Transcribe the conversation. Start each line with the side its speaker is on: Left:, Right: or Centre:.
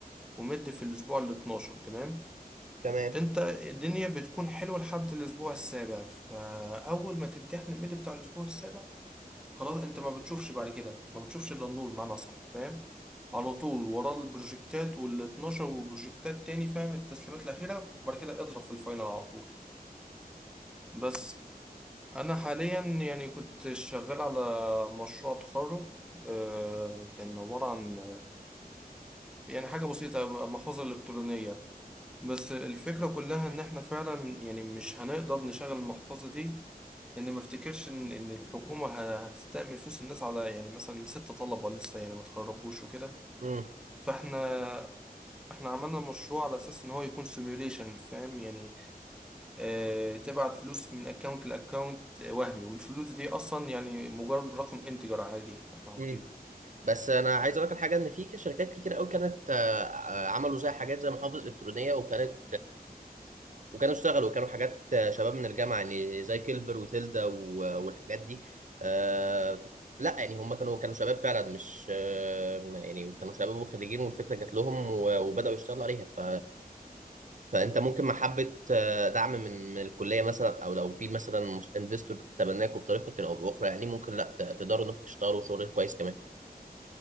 Centre: ومد في الأسبوع الاتناشر تمام
Right: تمام
Centre: انت الدنيا بتكون حلوة لحد الأسبوع السابع فأول ما تمتحن المد بتاع الأسبوع السابع خلاص انت ما بتشوفش بعد كده ما بتشوفش إلا النور بمعنى صح فاهم على طول وراه البروجكتات والاتناشر وبروجكتات تاني فاهم التسليمات الأخيرة وبعد كده اضرب في الفاينل على طول بس أنا حاليا يعني كنت شغال على مشروع تخرج آه، كان عبارة عن يعني حاجة بسيطة المحفظة الإلكترونية بس الفكرة كلها إن إحنا فعلا يعني مش هنقدر نشغل المحفظة دي لأن ما أفتكرش إن إن الحكومة ه- هتستأمن فلوس الناس على يعني مثلا ست طلبة لسه يعني ما اتخرجوش وكده
Right: امم
Centre: فإحنا إحنا عملنا مشروع على أساس إن هو يكون سيميوليشن فاهم يعني اه تبعت فلوس من أكاونت لأكاونت وهمي والفلوس دي أصلا يعني مجرد رقم انتجر عادي إحنا حاطينه
Right: امم بس انا عايز اقول لك الحاجه ان في شركات كتير قوي كانت آه، آه، عملوا زي حاجات زي محافظ الكترونيه وكانت وكانوا اشتغلوا كانوا حاجات آه، شباب من الجامعه يعني زي كيلفر وتيلدا و- والحاجات دي آه لا يعني هم كانوا كانوا شباب فعلا مش آه يعني كانوا شباب وخريجين والفكره جات لهم و- وبداوا يشتغلوا عليها ف فانت ممكن محبه آه، دعم من من الكليه مثلا او لو في مثلا انفستور تبناكوا بطريقه او باخرى يعني ممكن لا ت- تقدروا انكم تشتغلوا شغل كويس كمان